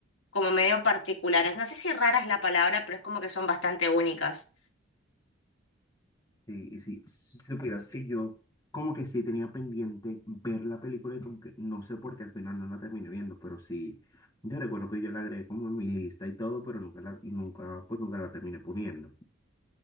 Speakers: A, on the left; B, on the left.
A: como medio particulares. No sé si rara es la palabra, pero es como que son bastante únicas.
B: Sí, y sí, si supieras que yo como que sí tenía pendiente ver la película y como que no sé por qué al final no la terminé viendo, pero sí, yo recuerdo que yo la agregué como en mi lista y todo, pero nunca la, nunca, pues nunca la terminé poniendo.